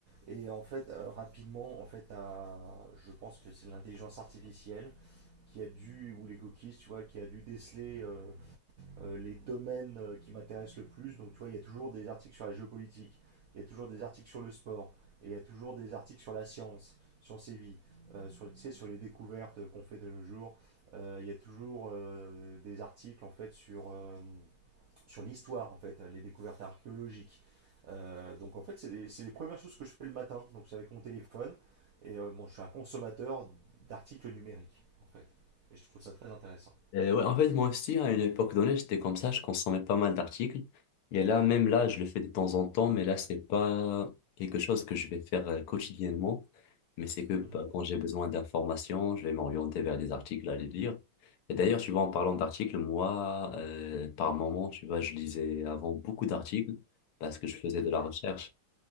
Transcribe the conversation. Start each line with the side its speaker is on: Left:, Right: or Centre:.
Right: et en fait euh, rapidement en fait à, je pense que c'est l'intelligence artificielle qui a dû ou les cookies, tu vois, qui a dû déceler euh, euh, les domaines euh, qui m'intéressent le plus. Donc, tu vois, il y a toujours des articles sur la géopolitique, il y a toujours des articles sur le sport, et il y a toujours des articles sur la science, sur ses vies, euh, sur, tu sais, sur les découvertes qu'on fait de nos jours. Euh, il y a toujours euh, des articles en fait sur, euh, sur l'histoire, en fait, les découvertes archéologiques. Euh, donc, en fait, c'est des- c'est les premières choses que je fais le matin. Donc, c'est avec mon téléphone. Et euh, bon, je suis un consommateur d'articles numériques, en fait. Et je trouve ça très intéressant.
Left: Euh, ouais, en fait, moi aussi, à une époque donnée, j'étais comme ça, je consommais pas mal d'articles. Et là, même là, je le fais de temps en temps, mais là, c'est pas quelque chose que je vais faire euh, quotidiennement. Mais c'est que bah,
Right: Mhm.
Left: quand j'ai besoin d'informations, je vais m'orienter vers des articles à les lire. Et d'ailleurs, tu vois, en parlant d'articles, moi, euh, par moment, tu vois, je lisais avant beaucoup d'articles parce que je faisais de
Right: Ouais.
Left: la recherche